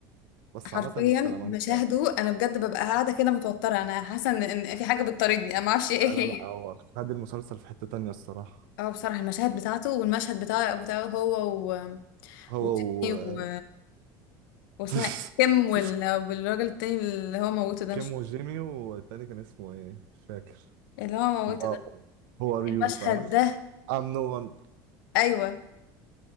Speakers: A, on the right; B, on the left.
A: بس
B: حرفيا
A: عامة السلامانكا
B: مشاهده انا بجد ببقى قاعدة كده متوترة انا حاسة ان إن في حاجة بتطاردني انا ما اعرفش ايه
A: لا لا
B: هي
A: لا هو خد المسلسل في حتة تانية الصراحة
B: اه بصراحة المشاهد بتاعته والمشهد بتاع بتاعه هو و...
A: هو
B: وتيمي
A: و
B: و... واسمها
A: <laughs>
B: كيم وال... والراجل التاني اللي هو موته ده
A: كيم
B: مش
A: وجيمي والتاني كان اسمه إيه؟ مش فاكر
B: اللي هو موته
A: اللي هو
B: ده
A: هو ار يو
B: المشهد
A: فاهم؟
B: ده
A: I'm no one
B: ايوه